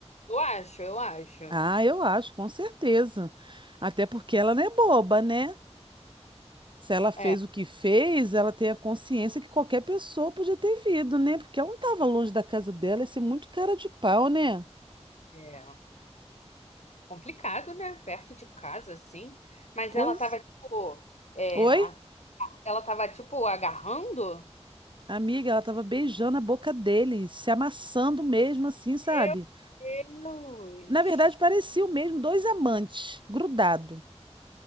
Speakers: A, on the left; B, on the right.
A: Eu acho, eu acho.
B: Ah, eu acho, com certeza. Até porque ela não é boba, né? Se ela fez
A: É,
B: o que fez, ela tem a consciência que qualquer pessoa podia ter vindo, né? Porque ela não estava longe da casa dela, ia ser muito cara de pau, né?
A: é complicado, né? Perto de casa, assim. Mas
B: Pois.
A: ela tava, tipo, é,
B: Oi?
A: a- ela tava, tipo, agarrando.
B: Amiga, ela estava beijando a boca dele, se amassando mesmo assim, sabe?
A: Meu Deus.
B: Na verdade, parecia o mesmo dois amantes, grudado.